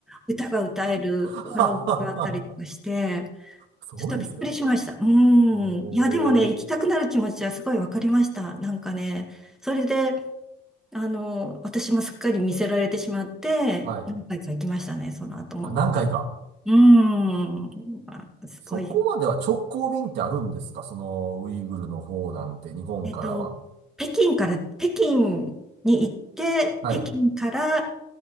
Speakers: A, in the centre; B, on the right.
A: 歌が歌えるカラオケがあったりとかして、
B: <laughs> はははそうですか。
A: ちょっとびっくりしました。うん。
B: ええ、
A: いや、でもね、行きたくなる気持ちはすごいわかりました。なんかね、それで、あの、私もすっかり見せられてしまって、
B: はい。
A: 何回か行きましたね、その後も。
B: あ、何回か。
A: うーん、まあ、すごい。
B: そこまでは直行便ってあるんですかその、ウイグルの方なんて、日本からは。
A: えっと、北京から、北京に行って、
B: はい。
A: 北京から、